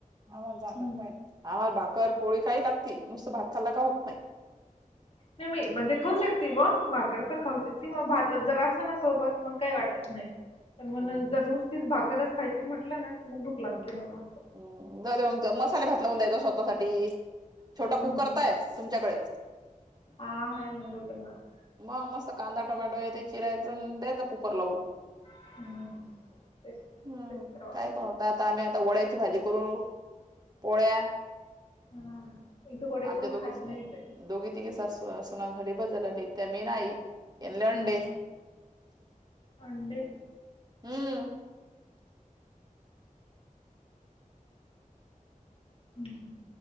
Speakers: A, on the right (about 30°); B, on the left (about 45°).
A: <unintelligible>
B: हम्म.
A: तर पोळी खायाय लागती नुसत भात खा ला का होत नाही.
B: म मी म्हणजे खाऊ शकते ब भाकर पण खाऊ शकते मग भात जर असलं ना सोबत मग काही वाटत. नाही पण मग
A: हम्म
B: जर नुसतीच भाकरच खायची म्हटलं ना मग भूक
A: हम्म
B: लागते मला असं.
A: हम् जा मग मसाले भात लावून द्यायचा स्वतःसाठी.
B: हम्म
A: छोटा कुकर
B: हम्म
A: तर हाय तुमच्याकडे.
B: हा हे नंबर <unintelligible>
A: मग मस्त कांदा टोमॅटो इथ चिरायच द्यायचा कुकर लावून.
B: हम्म. तेच तेच
A: हम्म
B: तेच कराव आता
A: काय पण <unintelligible> वं ळ्याची भाजी करून पोळ्या.
B: हा इथं वडे
A: आमच्या
B: कोण
A: दोघीच
B: खात नाही
A: तर
B: बाई.
A: दोघी तिघी सासवा सुनासाठी बस झाला. <unintelligible>
B: हम्म अंडे हं
A: हम्म
B: <unintelligible>